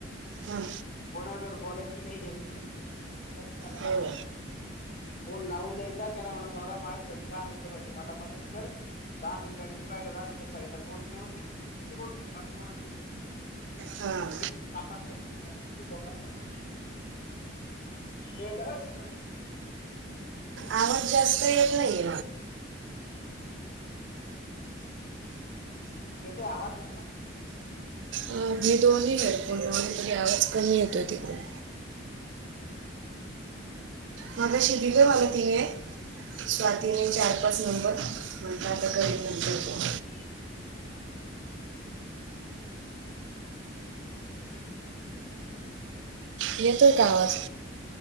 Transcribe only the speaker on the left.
कोणा जर बोलायची काही गरज नाही बोलायलाच पाहिजे
असं काही नाही. फोन लावून द्यायचा त्याला म्हणा दादा माझ्यासाठीठी दहा मिनिटासाठी मला मदत कर. दहा मिनटां आणि तू काय दहा मिनटं साईडला फोन ठेव देत तशी बोल मग तेवढं सून.
एवढ सापड करायची दोकां पडत ये गपबास.
येतो आवाज असता.
<unintelligible> होन.